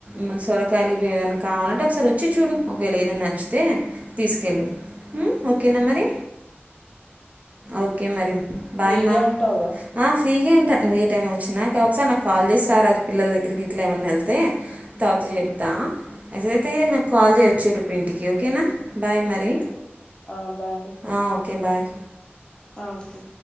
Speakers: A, on the right; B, on the left.
A: మ సొరకాయలు ఇవి ఏవైనా కావాలంటే ఒకసారి వచ్చి చూడు ఒకవేలేదనచ్ తె తీసుకెళ్ళు హుమ్ ఓకేనా మరి ఓకే మరి బాయ్
B: ఫ్రీగే
A: మా
B: ఉంటావుగా
A: ఆ ఫ్రీగే ఉంటా ఏ టైం వచ్చినా ఒకసారి నాకు కాల్ చేసి రారాదు పిల్లల దగ్గరికి గిట్లా ఏమైన్నా వెళ్తే తర్వాత చెప్తా మే సే జ్ అయితే చెయ్యక్ నాకు కాల్ చేయ్ ఒచ్చేటప్పుడు ఇంటికి ఓకేనా బాయ్ మరి
B: ఓకేఓకే ఆ బాయ్
A: ఆ, ఓకే బాయ్
B: ఆ ఓకే